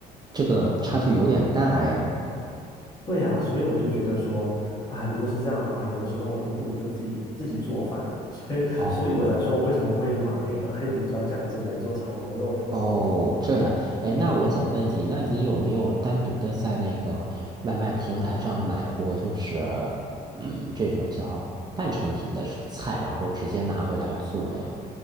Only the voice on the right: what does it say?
这个差距有点大哎。
哦。哦，这样，哎，那我想问你，那你有没有单独的在那个外卖平台上买过，就是嗯，这种叫半成品的菜，然后直接拿回来做呀？